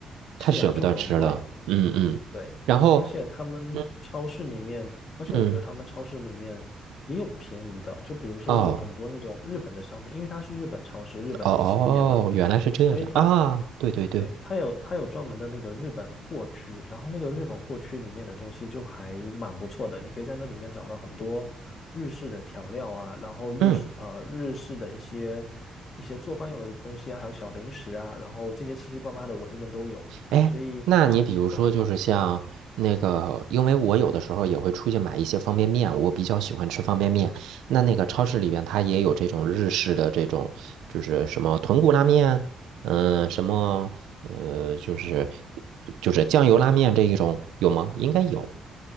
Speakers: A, on the right; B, on the left.
A: 太舍不得吃了。
B: 是啊，就很贵。
A: 嗯嗯，
B: 对，
A: 然后
B: 而且他们超市里面，
A: 嗯
B: 而且我觉得他们超市里面也有便宜的，
A: 嗯，
B: 就比如说有很多那种日本的商品，
A: 哦
B: 因为它是日本超市，日本的企业嘛，
A: 哦哦，原来是这样啊，
B: 所以它
A: 对对对。
B: 对它有它有专门的那个日本货区，然后那个日本货区里面的东西就还蛮不错的，你可以在那里面找到很多日式的调料啊，然后日式呃日式的一些一些做饭用的东西啊，
A: 嗯。
B: 还有小零食啊，然后这些七七八八的我这边都有，
A: 哎，
B: 所以
A: 那你比如说，
B: 都还蛮不错。
A: 就是像那个，因为我有的时候也会出去买一些方便面，我比较喜欢吃方便面。那那个超市里边，它也有这种日式的这种，就是什么豚骨拉面，嗯、什么呃，就是就是酱油拉面这一种有吗？应该有，